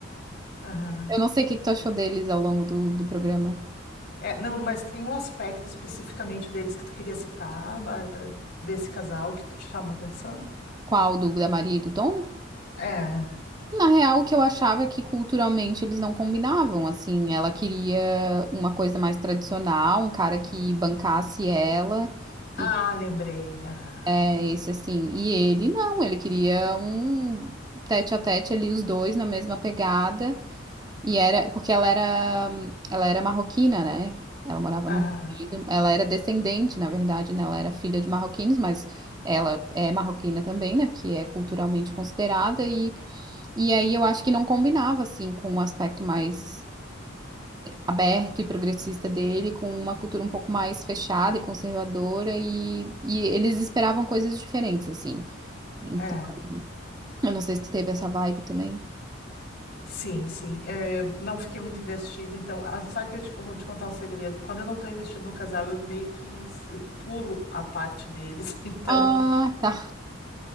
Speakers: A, on the left (about 60°); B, on the right (about 20°).
A: aham.
B: Eu não sei o que que tu achou deles ao longo do, do programa.
A: É, não, mas tem um aspecto especificamente deles que tu queria citar, Bárbara, desse casal que tu te chamou a atenção?
B: Qual? Do da Maria e do Tom?
A: É.
B: Na real, o que eu achava é que culturalmente eles não combinavam, assim, ela queria uma coisa mais tradicional, um cara que bancasse ela,
A: Ah,
B: e
A: lembrei. Aham,
B: é esse assim, e ele não, ele queria um tete a tete ali, os dois na mesma pegada, e era, porque ela era, ela era marroquina, né, ela morava
A: aham,
B: no Reino Unido, ela era descendente, na verdade, né, ela era filha de marroquinos, mas ela é marroquina também, né, porque é culturalmente considerada, e e aí eu acho que não combinava, assim, com um aspecto mais aberto e progressista dele, com uma cultura um pouco mais fechada e conservadora, e, e eles esperavam coisas diferentes, assim. Então,
A: é.
B: eu não sei se tu teve essa vibe também.
A: Sim, sim. É, eu não fiquei muito investida, então. ah, Sabe que eu te, vou te contar um segredo? Quando eu não estou investida no casal, eu meio que s- pulo a parte deles. <laughs> Então,
B: Ah, tá.